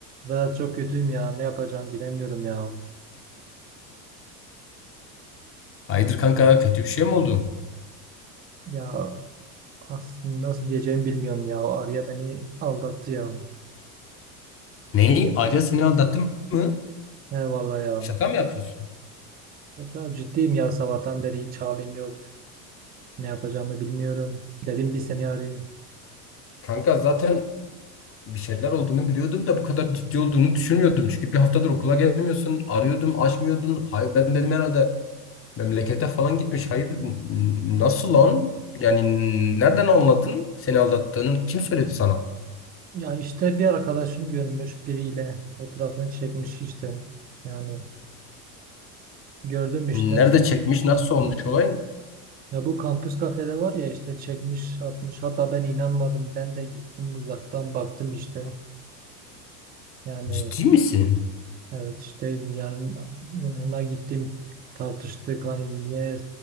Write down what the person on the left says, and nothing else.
Hayırdır kanka kötü bir şey mi oldu?
Neyi? Ayrıca seni aldattım mı?
Şaka mı yapıyorsun?
Kanka zaten bir şeyler olduğunu biliyordum da bu kadar ciddi olduğunu düşünmüyordum. Çünkü bir haftadır okula gelmiyorsun. Arıyordum, açmıyordun. Hayır, ben dedim herhalde memlekete falan gitmiş. Hayır, n- nasıl lan? Yani nereden anladın seni aldattığını? Kim söyledi sana?
Nerede çekmiş? Nasıl olmuş olay?
Ciddi misin?